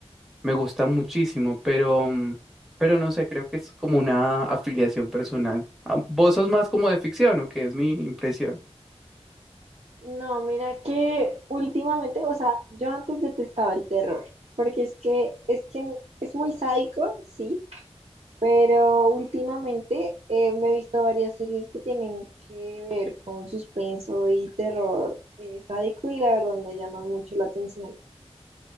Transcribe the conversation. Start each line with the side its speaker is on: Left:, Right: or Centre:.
Centre: me gustan muchísimo, pero, mm, pero no sé, creo que es como una afiliación personal. Ah, ¿Vos sos más como de ficción o qué es mi impresión?
Right: No, mira que últimamente, o sea, yo antes detestaba el terror, porque es que es que es muy sádico, sí, pero últimamente eh, me he visto varias series que tienen que ver con suspenso y terror eh, sádico y la verdad me llama mucho la atención.